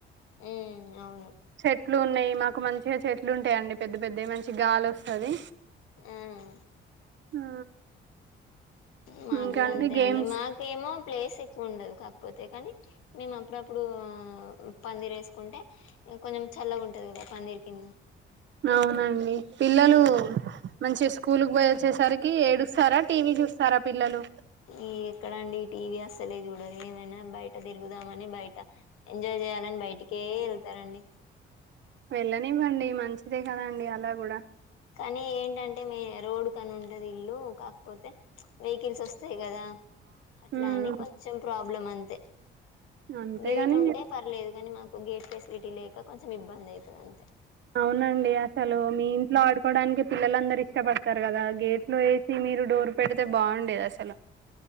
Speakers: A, on the left; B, on the right.
A: మ్మ్ అవును
B: చెట్లు ఉన్నయి మాకు మంచిగా చెట్లు ఉంటాయిండి పెద్ద పెద్దవి మంచి గాలి వస్ అది
A: ఆ
B: ఆ
A: మాకు
B: ఇంకా
A: కూడా అంతే
B: గేమ్స్
A: అండి మాకేమో ప్లేస్ ఎక్కువ ఉండదు కాక పోతే కానీ మేము అప్పుడప్పుడు పందిరి వేసుకుంటే కొంచెం చల్లగా ఉంటది కదా పందిరి కింద
B: అవునండి పిల్లలు
A: ఇంకా
B: మంచిగ స్ స్కూల్కి పోయి వచ్చేసరికి ఏడుస్తారా టీవీ చూస్తారా పిల్లలు
A: ఈ ఎక్కడండి ఈ టీవీ అస్ అసలే చూడరు ఏమైనా బయట తిరుగుదామని బయట ఎంజాయ్ చేయాలని బయటికే వెళ్తారండి
B: వెళ్ళనివ్వండి మంచిదే కదాండి అలా కూడా
A: కానీ ఏంటంటే మి రోడ్ కని ఉంటది ఇల్లు క పోతే వెహికల్స్ వస్తాయి కదా అట్లా
B: ఉమ్
A: అని కొంచెం ప్రాబ్ ప్బ్లం అంతే
B: అంతేగాని
A: గేట్ ఉంటే పర్లేదు కాని మాకు గేట్ ఫెసిలిటీ లేక కొంచెం ఇబ్బంది అవుతుంది అంతే
B: అవునండి అసలు మీ ఇంట్లో ఆడు చెకోవడానికి పిల్లలందరు ఇష్టపడతారు కదా గేట్ లో వేసి మీరు డోర్ పెడితే బాగుండేది అసలు